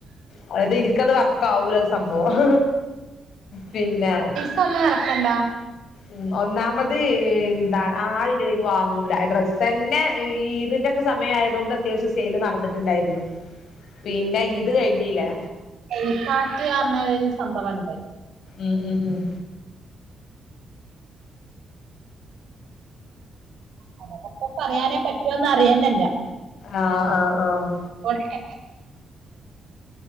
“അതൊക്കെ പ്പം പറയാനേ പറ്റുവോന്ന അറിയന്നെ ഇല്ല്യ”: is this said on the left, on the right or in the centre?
Right